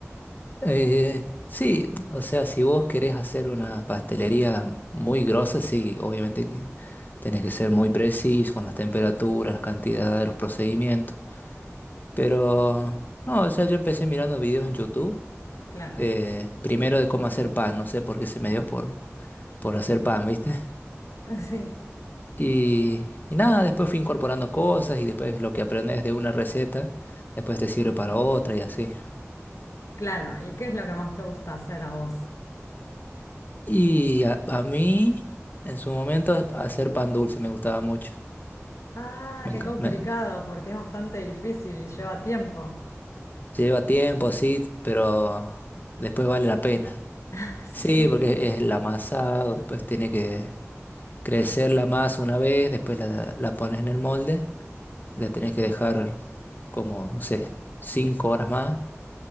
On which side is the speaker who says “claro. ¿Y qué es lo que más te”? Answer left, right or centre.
Left